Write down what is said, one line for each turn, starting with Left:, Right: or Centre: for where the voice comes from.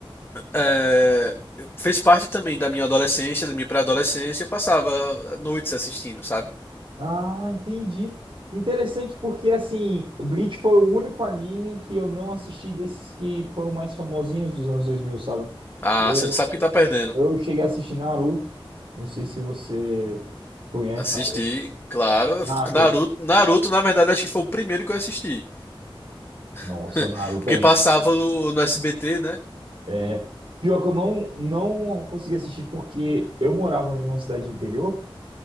Left: é, fez parte também da minha adolescência, da minha pré-adolescência, eu passava noites assistindo, sabe?
Right: Ah, entendi. Interessante porque, assim, Bleach foi o único anime que eu não assisti desses que foram mais famosinhos dos anos dois mil sabe?
Left: Ah,
Right: Eu,
Left: você não sabe o que tá perdendo.
Right: eu cheguei a assistir Naruto. Não sei se você conhece
Left: Assisti,
Right: Naruto.
Left: claro.
Right: Na,
Left: Naruto,
Right: esse-
Left: Naruto, na verdade, acho que foi o primeiro que eu assisti.
Right: nossa,
Left: <laughs>
Right: Naruto
Left: Porque
Right: é muito.
Left: passava no, no SBT, né?
Right: É, pior que eu não, não consegui assistir porque eu morava em uma cidade interior.